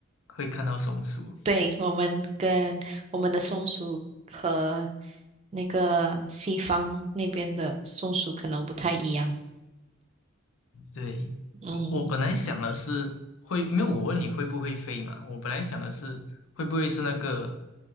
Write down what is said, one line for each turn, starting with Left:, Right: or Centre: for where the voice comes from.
Left: 会看到松鼠。
Right: 对，我们跟我们的松鼠和那个西方那边的松鼠可能不太一样。
Left: 对，
Right: 嗯
Left: 我我本来想的是会，因为我问你会不会飞嘛，我本来想的是会不会是那个，